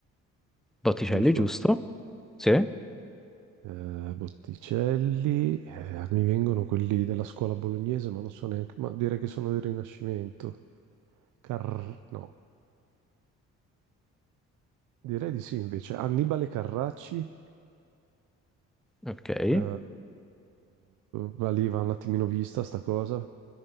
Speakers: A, in the centre; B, on the right.
A: Botticelli,
B: giusto?
A: giusto? Sì,
B: Eh, Botticelli, eh, mi vengono quelli della scuola bolognese, ma non so neanche, ma direi che sono del Rinascimento. Car- no, direi di sì invece. Annibale Carracci,
A: ok.
B: eh, valiva un attimino vista sta cosa,